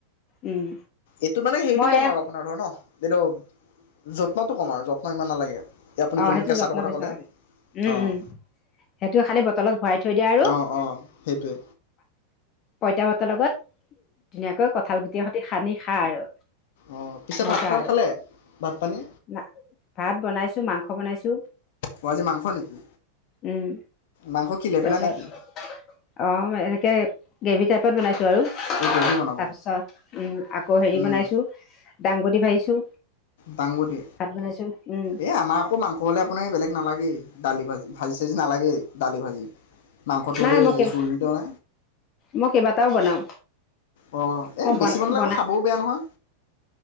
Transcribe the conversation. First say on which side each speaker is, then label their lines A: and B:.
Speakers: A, on the left; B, on the left.
A: উম
B: এইটো মানে হেৰিটো
A: মই
B: কম
A: এয়া
B: আৰু আপোনাৰ ধৰ ন এইটো? যত্নটো কম আৰু যত্ন ইমান নালাগে? এই আপুনি
A: অ',
B: যোনটো
A: সেইটো
B: কেঁচাটোৰ
A: যত্ন
B: কথা
A: বেচি
B: ক'লে
A: নালাগে উম
B: অঁ
A: উম সেইটোৱে খালি বটলত ভৰাই? থৈ দিয়া আৰু
B: অঁ অঁ সেইটোৱে
A: পঁইতা ভাতৰ লগত। উম। ধুনীয়াকৈ কঁঠাল গুটি সতি সানি খা আৰু।
B: অ', পিছে
A: মজা
B: ভাত
A: আৰু
B: খালে ভাত পানী।
A: না ভাত বনাইছো মাংস বনাইছো?
B: অ', আজি মাংস নেকি?
A: উ'ম।
B: মাংস কি লেবেৰা
A: পাছত
B: নেকি
A: অ', এনেকে? গ্ৰেভি টাইপত বনাইছো? আৰু
B: অঁ গ্ৰেভি বনাব
A: তাৰপিছত? হেৰি
B: উম,
A: বনাইছো দাংগদী। ভাজিছো?
B: দাংবডি
A: ভাত বুনাইছো উ'ম।
B: এই আমাৰ আকৌ মাংস হ'লে আপোনাৰ বেলেগ নালাগেই দালি ভাজি ভাজি? নালাগেই দালি ভাজি মাংসটো
A: নাই
B: হ'লে হৈ
A: মই
B: যায়
A: কেই
B: জোলটো ন।
A: মই কেইবাটাও বনাও
B: অ এই
A: মই
B: বেছি
A: বন
B: মানলৈগেও
A: বনাই
B: আকৌ খাবও বেয়া নহয়?